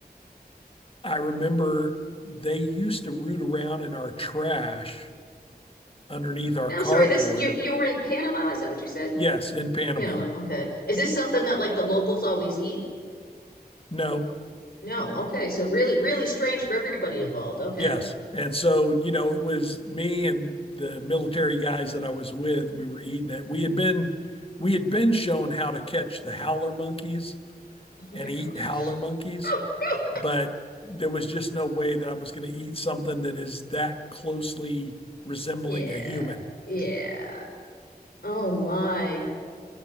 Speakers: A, on the left; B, on the left.
A: I remember they used to root around in our trash underneath our
B: And
A: carport.
B: I'm sorry, this you you were in Panama, is that what you said?
A: Yes, in Panama.
B: Panama. Okay. Is this something that like the locals always eat?
A: No,
B: No. Okay. So really, really strange for everybody involved. Okay.
A: yes. And so, you know, it was me and the military guys that I was with, we were eating it. We had been we had been shown how to catch the howler monkeys
B: Oh my
A: and
B: gosh.
A: eat howler monkeys
B: Oh
A: but there was just no way that I was going to eat something that is that closely resembling
B: Yeah.
A: a human.
B: Yeah. Oh my.